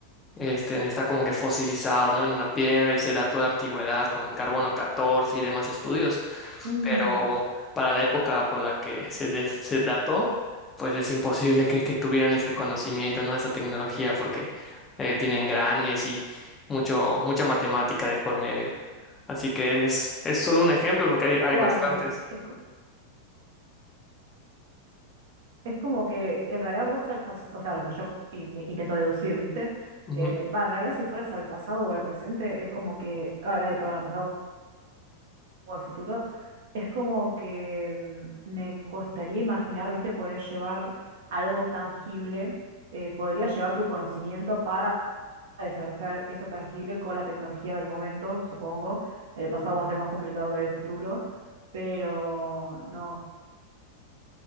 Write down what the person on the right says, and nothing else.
Mm,
Claro,
es, co- es como que en realidad vos al pasado, o sea, lo que yo in- me intento deducir, ¿viste?
Eh, va, en realidad si fueras al pasado o al presente, es como que, ah, eh, perdón, al pasado o al futuro, es como que mm, me costaría imaginar, viste, poder llevar algo tangible, eh, podría llevar tu conocimiento para desarrollar eso tangible con la tecnología del momento, supongo. El pasado va a ser más complicado que el futuro, pero no,